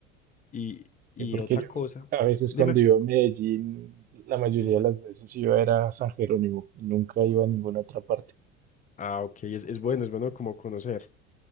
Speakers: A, on the left (about 20°); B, on the right (about 25°).
A: Y, y
B: sí, porque
A: otra
B: yo
A: cosa,
B: a veces
A: dime.
B: cuando iba a Medellín, la mayoría
A: Ujú.
B: de las veces iba era a San Jerónimo y nunca iba a ninguna otra parte.
A: Ah, ok, es, es bueno, es bueno como conocer.